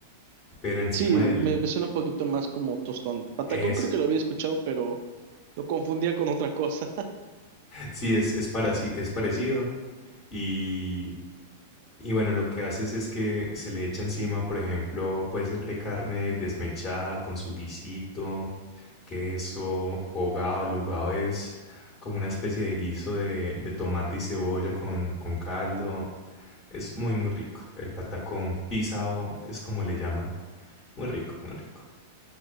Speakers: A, on the left (about 30°); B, on the right (about 60°).
A: pero encima
B: Sí,
A: del...
B: me, me suena un poquito más como tostón. Patacón
A: Eso.
B: creo que lo había escuchado, pero lo confundía con otra cosa.
A: Sí, es, es, pareci- es parecido. Y, y bueno, lo que haces es que se le echa encima, por ejemplo, puede ser de carne desmechada con su guisito, queso, hogado. El hogado es como una especie de guiso de, de tomate y cebolla con, con caldo. Es muy, muy rico. El patacón pisado es como le llaman. Muy rico, muy rico.